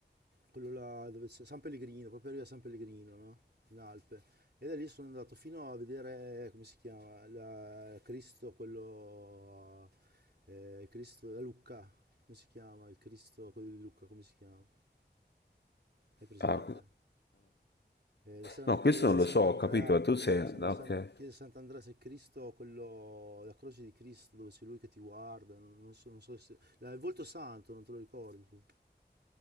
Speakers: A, on the right; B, on the left.
A: Quello là dove c'è San Pellegrino, proprio arriva a San Pellegrino, no? In Alpe. E da lì sono andato fino a vedere, come si chiama, la- Cristo, quello, eh, Cristo da Lucca, come si chiama? Il Cristo, quello di Lucca, come si chiama? Hai presente?
B: Ah,
A: Eh, c'era
B: No,
A: una chiesa,
B: questo non lo
A: Sant'Andrea,
B: so, ho capito, ma tu sei...
A: mi sembra
B: no,
A: San,
B: Ok,
A: chiesa Sant'Andrea, se Cristo, quello, la croce di Cristo, dove c'è lui che ti guarda, non, non so, non so se... la- il volto santo, non te lo ricordi tu?